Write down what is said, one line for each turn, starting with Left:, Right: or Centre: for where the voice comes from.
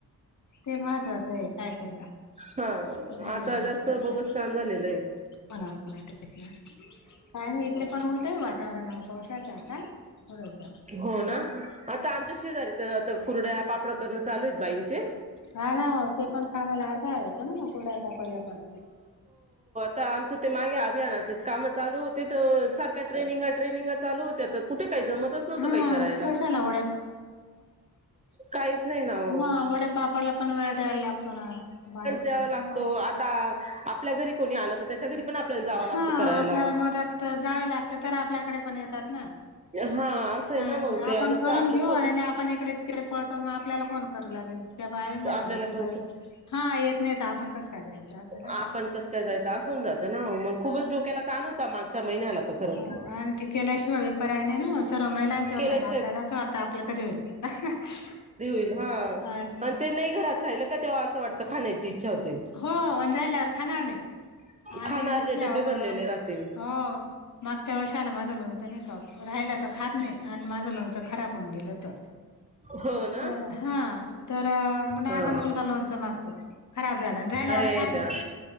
Left: ते महत्वाचं ये काय करता
Right: हा
Left: असं झालेलं
Right: आता
Left: आहे
Right: जास्त
Left: आजच्या
Right: बघुस काम झालेलंय.
Left: <unintelligible> काय नाय इकडं पण होतय वातावरण आओ पावसाचं आता थोडंसं
Right: हो ना, आता आमच्या शेजारी तर आत कुरड्या, पापड करणं चालूयेत बाईंचे
Left: हा ना ओ, ते पण कामाला अडथळा येतो म कुर्रड्या पापडला पण
Right: त आमचं ते मागे अभियानाचेच कामं तर सारख्या ट्रेनिंगा ट्रेनिंगाच चालू होत्या त कुठे काय जमतच नव्हत
Left: हा
Right: काही करायला.
Left: कशाला
Right: काहीच नाही ना ओ
Left: म वड्यापापडला पण वेळ द्यायला लागतो. ना बारीक
Right: द्यावं
Left: काम
Right: लागतो.
Left: मग
Right: आता आपल्या घरी कोणी आलं त त्याच्या घरी पण आपल्याला जावं
Left: हा
Right: लागतं करायला
Left: आपल्याला मदत जावी लागते. तर आपल्याकडे पण येतात ना.
Right: हा असं आहे
Left: हा
Right: ना
Left: अस,
Right: मग ते
Left: आपण
Right: नुसतं
Left: करून
Right: आपलं
Left: घेऊ.
Right: स्वतः
Left: आणि नाय आपण इकडे तिकडे पळतो. म आपल्याला कोण करू लागेल. त्या बाई म्हणता,
Right: आपल्याला
Left: बा ती
Right: कोण
Left: बाई हा येत नाही त आपण कसं काय जायचं असं ना
Right: आपण
Left: म
Right: कसं काय जायच, असं होऊन जातं ना म, मग खूपच डोक्याला ताण होता मागच्या महिन्याला तर खरंच
Left: हो आणि ती केल्याशिवाय बी पर्याय नाय न, सर्व महिलांचे होतात.
Right: केल्याशिवाय
Left: आपल्याला असं वाटतं आपलं कधी होईल. <unintelligible>
Right: ह
Left: असं
Right: आणि ते नाही घरात राहिलं का तेव्हा असं वाटत खाण्याची- ईच्छा होते.
Left: हो आणि राहिल्यावर खाणार नाही. आणि
Right: खाणार
Left: नसल्यावर,
Right: नाही डबे भरलेले राहतील
Left: हो, मागच्या वर्षाला माझं लोणच नाही का हो- राहील तर खात नाही आणि माझं लोणचं खराब होऊन गेलं होत.
Right: हो ना.
Left: तर, हा, तर म ना
Right: हा
Left: आता मुलगा लोणच मागतो. राहील्यावर
Right: अरे
Left: खात
Right: देवा
Left: नाही.